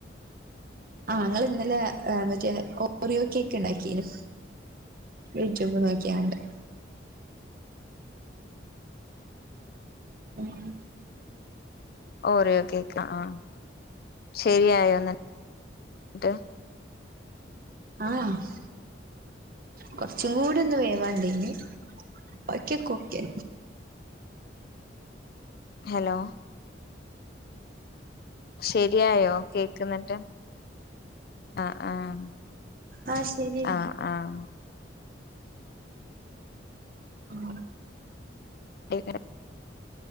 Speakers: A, on the right; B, on the left.
A: ആഹ് ഇങ്ങള് ഇന്നലെ മറ്റേ ഓറിയോക്കേക്ക് ഇണ്ടാക്കിനു യൂടൂബ് നോക്ക്യാണ്ട് ഉം
B: ഓറിയോ കേക്ക് ആഹ് ശെരിയായോ ഇന്നട്ട്
A: ആഹ്ആഹ് കൊറ്ച്ചും കൂടി ഒന്ന് വേവാണ്ടയ്ന് ബാക്ക്യാെ ക്കെ ഓക്കെ
B: ഹലോ ശെരിയായോ കേക്ക്ന്നട്ട് ആഹ് ആഹ്
A: ആഹ് ശരി
B: ആഹ് ആഹ്
A: ഉം
B: ഡെയ്കരം